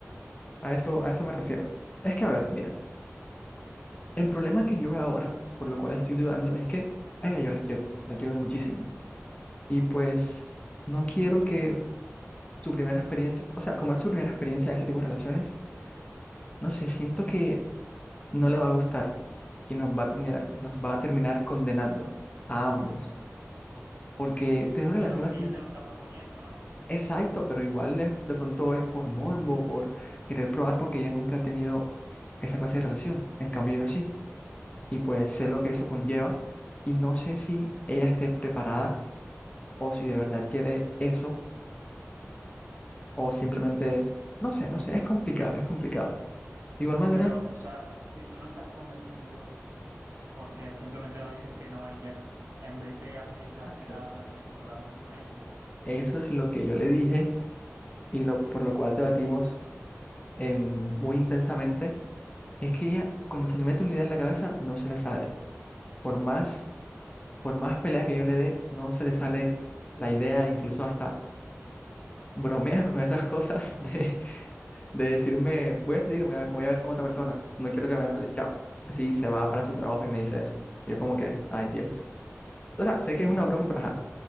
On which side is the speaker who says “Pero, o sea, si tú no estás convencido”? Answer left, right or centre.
Right